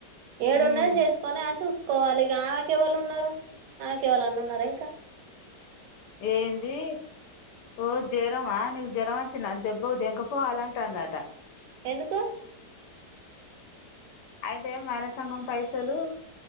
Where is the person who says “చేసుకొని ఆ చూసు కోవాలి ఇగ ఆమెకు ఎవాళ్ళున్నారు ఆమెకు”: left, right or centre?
Right